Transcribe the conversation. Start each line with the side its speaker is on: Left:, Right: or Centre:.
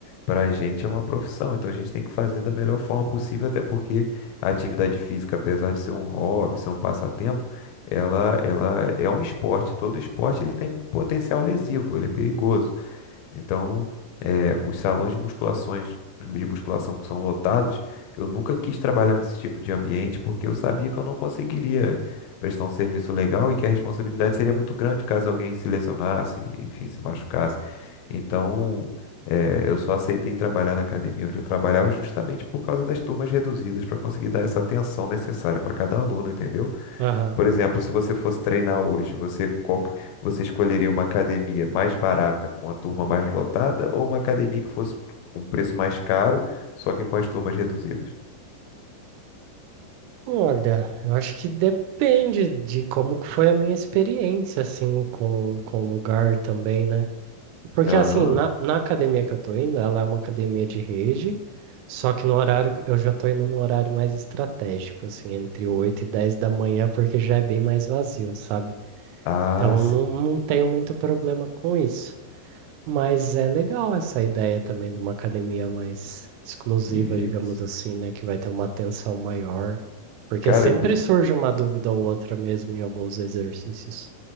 Left: para a gente é uma profissão. Então a gente tem que fazer da melhor forma possível, até porque a atividade física, apesar de ser um hobby, ser um passatempo, ela, ela é um esporte. Todo esporte ele tem potencial lesivo, ele é perigoso. Então é, os salões de musculações de musculação que são lotados, eu nunca quis trabalhar nesse tipo de ambiente porque eu sabia que eu não conseguiria prestar um serviço legal e que a responsabilidade seria muito grande caso alguém se lesionasse, enfim, se machucasse. Então, é, eu só aceitei trabalhar na academia onde eu trabalhava justamente por causa das turmas reduzidas para conseguir dar essa atenção necessária para cada aluno, entendeu?
Right: Aham.
Left: Por exemplo, se você fosse treinar hoje, você, qual, que- você escolheria uma academia mais barata com a turma mais lotada ou uma academia que fosse um preço mais caro, só que com as turmas reduzidas?
Right: Olha, eu acho que depende de como que foi a minha experiência, assim, com, com o lugar também, né? Porque
Left: Aham.
Right: assim, na, na academia que eu tô indo, ela é uma academia de rede, só que no horário, que- eu já tô indo num horário mais estratégico, assim, entre 8 e 10 da manhã, porque já é bem mais vazio, sabe?
Left: Ah,
Right: Então
Left: sim.
Right: não, não tenho muito problema com isso. Mas é legal essa ideia também de uma academia mais exclusiva,
Left: Isso.
Right: digamos assim, né? Que vai ter uma atenção maior. Porque
Left: Cara,
Right: sempre
Left: eu,
Right: surge uma dúvida ou outra mesmo em alguns exercícios.